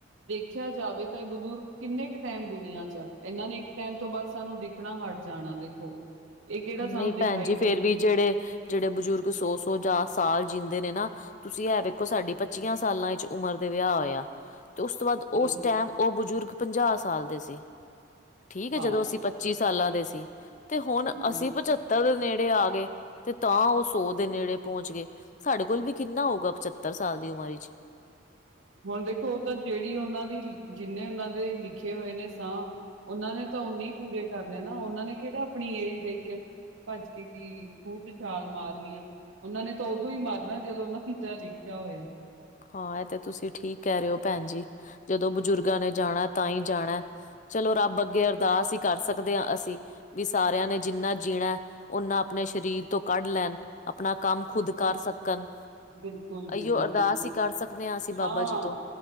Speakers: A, on the right; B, on the left.
A: ਦੇਖਿਆ ਜਾਵੇ ਤਾਂ ਇਹ ਬਜ਼ੁਰਗ ਕਿੰਨੇ ਕੁ ਟਾਈਮ ਦੁਨੀਆਂ ਚ ਆ ਇਹਨਾਂ ਨੇ ਇੱਕ ਟਾਈਮ ਤੋਂ ਬਾਅਦ ਸਾਨੂੰ ਦੇਖ਼ ਹਟ ਜਾਣਾ ਦੇਖੋ ਇਹ ਕਿਹੜਾ
B: ਨਹੀਂ
A: ਸਾਨੂੰ ਦਿਖਾਈ
B: ਭੈਣ ਜੀ ਫੇਰ
A: ਦੇਣਗੇ
B: ਵੀ ਜਿਹੜੇ ਜਿਹੜੇ ਬਜ਼ੁਰਗ ਸੌ ਸੌ ਜਾਂ ਸਾਲ ਜੀਂਦੇ ਨੇ ਨਾ ਤੁਸੀਂ ਐ ਵੇਖੋ ਸਾਡੀ ਪੱਚੀਆਂ ਸਾਲਾਂ ਵਿੱਚ ਉਮਰ ਦੇ ਵਿਆਹ ਹੋਇਆ ਤੇ ਉਸ ਤੋਂ ਬਾਅਦ
A: ਹੂੰ
B: ਉਸ ਟਾਈਮ ਉਹ ਬਜ਼ੁਰਗ ਪੰਜਾਹ ਸਾਲ ਦੇ ਸੀ ਠੀਕ ਹੈ
A: ਹਾਂ
B: ਜਦੋਂ ਅਸੀਂ ਪੱਚੀ ਸਾਲਾਂ ਦੇ ਸੀ ਤੇ ਹੁਣ
A: ਹੂੰ
B: ਅਸੀਂ ਪਚੱ ਪੱਤਾ ਦੇ ਨੇੜੇ ਆ ਗਏ ਤੇ ਤਾਂ ਉਹ ਸੌ ਦੇ ਨੇੜੇ ਪਹੁੰਚ ਗਏ ਸਾਡੇ ਕੋਲ ਵੀ ਕਿੰਨਾ ਹੋਊਗਾ ਪਚੱਤਰ ਸਾਲ ਦੀ ਉਮਰ ਵਿਚ
A: ਹੁਣ ਦੇਖੋ ਉਹ ਤਾਂ ਜਿਹੜੀ ਉਹਨਾਂ ਦੀ ਜਿੰਨੇ ਉਹਨਾਂ ਦੇ ਲਿਖੇ ਹੋਏ ਨੇ ਸਾਹ ਉਹਨਾਂ ਨੇ ਤਾਂ ਨੇ ਹੀ ਪੂਰੇ ਕਰਨੇ ਨਾ ਉਹਨਾਂ ਨੇ ਕਿਹੜਾ ਆਪਣੀ ਏਜ ਦੇਖ ਕੇ ਭੱਜ ਕੇ ਕੀ ਖੂਹ ਚ ਛਾਲ ਮਾਰਨੀ। ਉਹਨਾਂ ਨੇ ਤਾਂ ਉਦੋਂ ਹੀ ਮਾਰਨਾ ਜਦੋਂ ਉਹਨਾਂ ਨੂੰ ਲਿਖਿਆ ਹੋਇਆ
B: ਹਾਂ ਇਹ ਤੇ ਤੁਸੀਂ ਠੀਕ ਕਹਿ ਰਹੇ ਹੋ ਭੈਣ ਜੀ ਜਦੋਂ ਬਜ਼ੁਰਗਾਂ
A: ਸਹੀ
B: ਨੇ ਜਾਣਾ ਤਾਂ ਹੀ ਜਾਣਾ। ਚਲੋ ਰੱਬ ਅੱਗੇ ਅਰਦਾਸ ਹੀ ਕਰ ਸਕਦੇ ਹਾਂ ਅਸੀਂ ਵੀ ਸਾਰਿਆਂ ਨੇ ਜਿੰਨਾ ਜੀਣਾ ਓਨਾ ਆਪਣੇ ਸਰੀਰ ਤੋਂ ਕੱਢ ਲੈਣ ਆਪਣਾ ਕੰਮ ਖੁਦ
A: ਗੱਲ
B: ਕਰ ਸਕਣ
A: ਬਿਲਕੁਲ ਜੀ
B: ਇਹ
A: ਬਿਲਕੁਲ,
B: ਅਰਦਾਸ ਕਰ ਸਕਦੇ ਹਾਂ ਅਸੀਂ ਬਾਬਾ
A: ਹਾਂ
B: ਜੀ ਤੋਂ